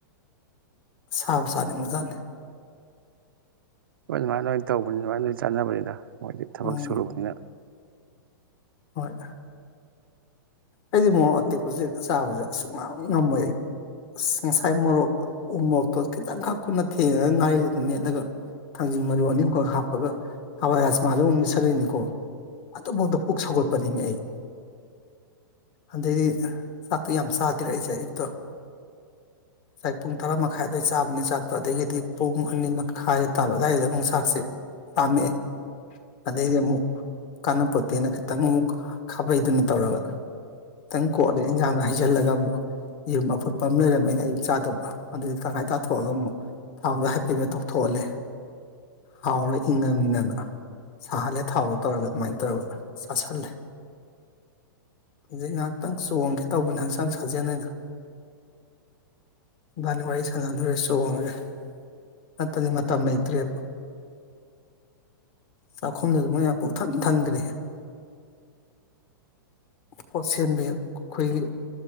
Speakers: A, on the left; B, on the right.
A: ꯁꯥꯕ ꯆꯥꯠꯅꯤ ꯃꯨꯖꯥꯠꯅꯤ
B: ꯍꯣꯏ ꯑꯗꯨꯃꯥꯏꯅ ꯑꯣꯏꯅ ꯇꯧꯕꯅꯤ ꯑꯗꯨꯃꯥꯏꯅ ꯆꯥꯟꯅꯕꯅꯤꯗ ꯃꯣꯏꯗꯤ ꯊꯕꯛ
A: ꯎꯝ
B: ꯁꯨꯨꯔꯨꯕꯅꯤꯅ
A: ꯍꯣꯏ ꯑꯩꯗꯤ ꯃꯣꯔꯣꯛ ꯑꯇꯦꯛꯄꯁꯤꯦꯛꯇ ꯆꯥꯕꯁꯤꯗ ꯑꯁꯨꯛ ꯉ ꯉꯝꯃꯣꯏ ꯑꯩ ꯑꯁ ꯉꯁꯥꯏ ꯃꯣꯔꯣꯛ ꯎ ꯃꯣꯔꯣꯛꯇꯣ ꯈꯤꯇꯪꯈꯛ ꯈꯨꯠꯅ ꯊꯦꯡꯉꯒ ꯉꯥꯔꯤꯗꯨꯗ ꯃꯦꯠꯂꯒ ꯊꯥꯡꯖꯤꯡ ꯃꯔꯨ ꯑꯅꯤ ꯑꯃꯨꯝꯈꯛ ꯍꯥꯞꯄꯒ ꯍꯋꯥꯏ ꯍꯖꯃꯥꯗꯨ ꯑꯃ ꯃꯠꯁꯜꯂꯤꯅꯤꯀꯣ ꯑꯗꯨꯐꯥꯎꯗ ꯄꯨꯛ ꯁꯧꯒꯠꯄꯅꯤꯅꯦ ꯑꯩ ꯑꯗꯩꯗꯤ ꯆꯥꯛꯇꯣ ꯌꯥꯝ ꯆꯥꯗ꯭ꯔꯦ ꯑꯩꯁꯦ ꯑꯌꯨꯛꯇꯣ ꯉꯁꯥꯏ ꯄꯨꯡ ꯇꯔꯥ ꯃꯈꯥꯏ ꯑ ꯑꯗꯨꯋꯥꯏ ꯆꯥꯕꯅꯤ ꯆꯥꯛꯇꯣ ꯑꯗꯒꯤꯗꯤ ꯄꯨꯡ ꯑꯅꯤ ꯃꯈꯥꯏ ꯇꯥꯕ ꯑꯗꯨꯋꯥꯏꯗ ꯑꯃꯨꯛ ꯆꯥꯛꯁꯦ ꯄꯥꯝꯃꯛꯑꯦ ꯑꯗꯩꯗꯤ ꯑꯃꯨꯛ ꯀꯥꯅꯕꯄꯣꯠꯇꯦꯅ ꯈꯤꯇꯪ ꯑꯃꯨꯛ ꯈꯥꯕꯩꯗꯨꯅ ꯇꯧꯔꯒ ꯈꯤꯇꯪ ꯀꯣꯠꯂꯦ ꯏꯟꯖꯥꯡꯅ ꯍꯩꯖꯤꯜꯂꯒ ꯑꯃꯨꯛ ꯌꯦꯔꯨꯝ ꯑꯐꯨꯠꯄ ꯑꯃ ꯂꯩꯔꯝꯃꯦ ꯑꯩꯅ ꯑꯌꯨꯛ ꯆꯥꯗꯕ ꯑꯗꯨꯗꯤ ꯇꯉꯥꯏ ꯇꯥꯊꯣꯛꯑꯒ ꯑꯃꯨꯛ ꯊꯥꯎꯗ ꯍꯥꯏꯐꯦꯠ ꯇꯧꯊꯣꯛꯍꯜꯂꯦ ꯍꯥꯎꯔ ꯏꯪꯉꯅꯤꯗꯅ ꯁꯥꯍꯜꯂꯦ ꯊꯥꯎꯗꯣ ꯇꯧꯔꯒ ꯑꯗꯨꯃꯥꯏꯅ ꯇꯧꯔꯒ ꯆꯥꯥꯁꯜꯂꯦ ꯍꯧꯖꯤꯛ ꯉꯥꯏꯍꯥꯛꯇꯪ ꯆꯣꯡꯒꯦ ꯇꯧꯕꯅꯤ ꯍꯛꯆꯥꯡ ꯁꯥꯖꯦꯜꯅ ꯍꯕꯥꯅꯤ ꯋꯥꯔꯤ ꯁꯥꯟꯅꯗꯨꯔꯦ ꯆꯣꯡꯉ꯭ꯔꯦ ꯅꯠꯇꯗꯤ ꯃꯇꯝ ꯂꯩꯇ꯭ꯔꯦꯕ ꯆꯥꯛꯈꯨꯝꯗꯨꯁꯨ ꯃꯣꯏ ꯉ ꯄꯣꯛꯊꯟ ꯊꯟꯈ꯭ꯔꯦ ꯄꯣꯠꯁꯦꯟꯕꯤ ꯑꯩꯈꯣꯏꯒꯤ